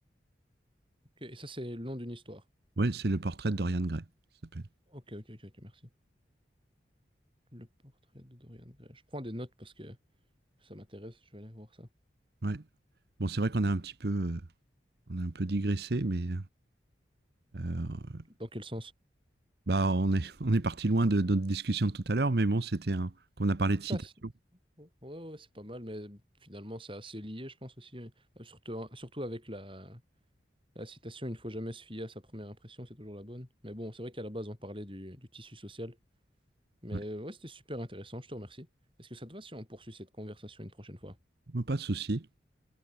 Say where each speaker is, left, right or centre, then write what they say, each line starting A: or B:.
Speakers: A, on the right (about 30°); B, on the right (about 55°).
A: Ok. Et ça, c'est le long d'une histoire.
B: Ouais, c'est le portrait de Dorian Gray, ça s'appelle.
A: Ok, ok, ok, ok, merci. Le portrait de Dorian Gray. Je prends des notes parce que ça m'intéresse, je vais aller voir ça.
B: Ouais. Bon, c'est vrai qu'on a un petit peu, euh, on a un peu digressé, mais euh,
A: Dans quel sens?
B: Bah, on est, <laughs> on est parti loin de notre discussion de tout à l'heure, mais bon, c'était un qu'on a parlé de
A: Ça,
B: citation.
A: Ouais, ouais, ouais, c'est pas mal, mais finalement, c'est assez lié, je pense aussi. hein. Euh, Surtout, surtout avec la, la citation, il ne faut jamais se fier à sa première impression, c'est toujours la bonne. Mais bon, c'est vrai qu'à la base, on parlait du, du tissu social. Mais
B: Ouais.
A: euh, ouais, c'était super intéressant, je te remercie. Est-ce que ça te va si on poursuit cette conversation une prochaine fois?
B: Pas de souci.